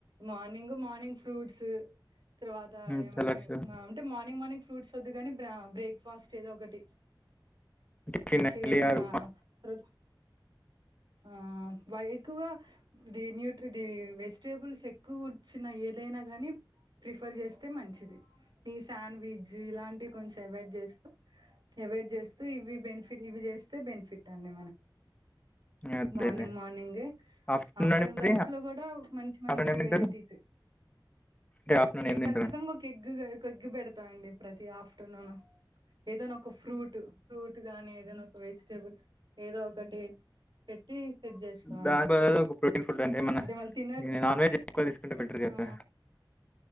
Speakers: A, on the right; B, on the left.
A: మార్నింగ మార్నింగ్ ఫ్రూట్స్ తర్వాత
B: హ్మ్.
A: ఏమన్నా
B: చల్లొచ్చు.
A: అంటే మార్నింగ్ మార్నింగ్ ఫ్రూట్స్ వద్దు కాని బ్రా బ్రేక్ఫాస్ట్ ఏదో ఒకటి
B: టిఫిన్
A: మంచిగా
B: ఇడ్లీ
A: ఏదన్నా
B: ఆర్ ఉప్మా
A: తర్వాత ఆ వా ఎక్కువగా ది న్యూట ది వెజిటేబుల్స్ ఎక్కువ వచ్చిన ఏ అయినా గాని ప్రిఫర్ చేస్తే మంచిది డి శండ్విజ్ జి ఇలాంటి కొంచెం ఎవడ్ చేస్తూ ఎవడ్ చేస్తూ ఇవి బెనిఫిట్ ఇవి చేస్తే బెనిఫిట్ అనే
B: అదే
A: మార్నింగ్
B: అదే.
A: మార్నింగ్
B: ఆఫ్టర్‌నూన్
A: ఆఫ్టర్నూన్
B: అండి మరి?
A: లంచ్ లో కూడా మంచి మంచి
B: ఆఫ్టర్‌నూన్ ఏం తింటారు?
A: వెరైటీస్
B: అంటే ఆఫ్టర్‌నూన్
A: ఈ
B: ఏం తింటారు?
A: ఖచ్చితంగా ఒక ఎగ్గుగా ఒక ఎగ్గు పెడతాండి ప్రతి ఆఫ్ అంటున్నాను ఏదనా ఒక ఫ్రూట్, ఫ్రూట్ గాని ఏదైనా ఒక వెజిటేబుల్ ఏదో ఒక కటి పె టి సెట్ చేసుకోవండి
B: దాని బదులు ఒక ప్రోటీన్ ఫుడ్ ఏమన్నా
A: అంటే వాల్ తినరు
B: నాన్ వెజ్ ఎక్కువ తీసుకుంటే బెటర్ కదా!
A: ఆ